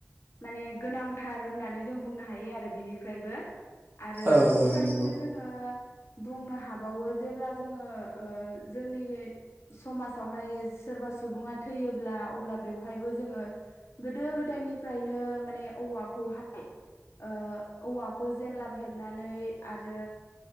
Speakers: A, on the left; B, on the right.
A: माने गोनांथार होननानै जों बुंनो हायो आरो बिनिफ्रायबो आरो
B: औ
A: बेबायदिनो
B: औ नंगौ
A: जोङो बुंनो हाबावो जेब्ला जोंओ ओ जोंनि समाजावहाय सोरबा सुबुङा थैयोब्ला अब्ला बेवहायबो जोङो गोदो गोदायनिफ्रायनो माने औवाखौहाय ओ औवाखौ जेनलाब हेबनानै आरो